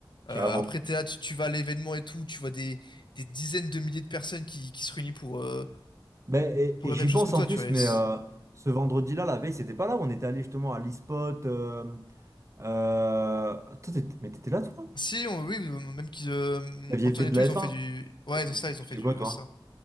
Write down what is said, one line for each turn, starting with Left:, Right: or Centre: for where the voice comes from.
Right: carrément.
Left: Euh, après, t'es là, tu, tu vas à l'événement et tout, tu vois des, des dizaines de milliers de personnes qui, qui se réunissent pour, euh,
Right: Mais, et
Left: pour
Right: et
Left: la
Right: j'y
Left: même chose
Right: pense
Left: que toi,
Right: en plus,
Left: tu vois. Et
Right: mais
Left: c-
Right: euh, ce vendredi-là, la veille, c'était pas là où on était allé justement à l'e-spot. euh, euh, toi, t'étais- mais t'étais là, toi?
Left: Si, on- oui, euh, même qu'ils, euh,
Right: T'aviez
Left: Antoine
Right: fait de
Left: et tout,
Right: la
Left: ils
Right: F1?
Left: ont fait du... Ouais, ils
Right: Tu
Left: ont ça,
Right: tu-
Left: ils
Right: tu
Left: ont fait
Right: faisais
Left: du...
Right: quoi, toi?
Left: ouais, ça.